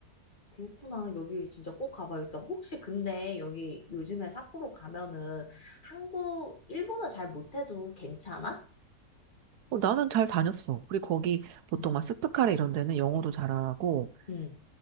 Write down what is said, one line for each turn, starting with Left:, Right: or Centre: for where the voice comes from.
Left: 그렇구나. 여기 진짜 꼭 가봐야겠다. 혹시 근데 여기 요즘에 삿포로 가면은 한국, 일본어 잘 못해도 괜찮아?
Right: 어, 나는 잘 다녔어. 그리고 거기 보통
Left: 응.
Right: 막 스프카레 이런 데는 영어도 잘하고
Left: 응.